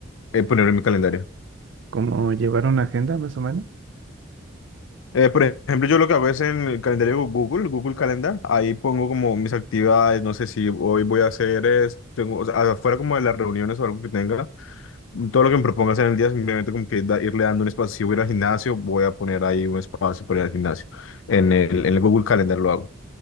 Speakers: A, on the left (about 80°); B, on the right (about 65°).
A: eh, ponerlo en mi calendario.
B: Como llevar una agenda, más o menos.
A: Eh, por ejemplo, yo lo que hago es en el calendario de Google, Google Calendar, ahí pongo como mis actividades, no sé si hoy voy a hacer es, tengo, o sea, afuera como de las reuniones o algo que tenga, todo lo que me proponga hacer en el día, simplemente como que da- irle dando un espacio, si voy a ir al gimnasio, voy a poner ahí un espacio para ir al gimnasio, en el, en el Google Calendar lo hago.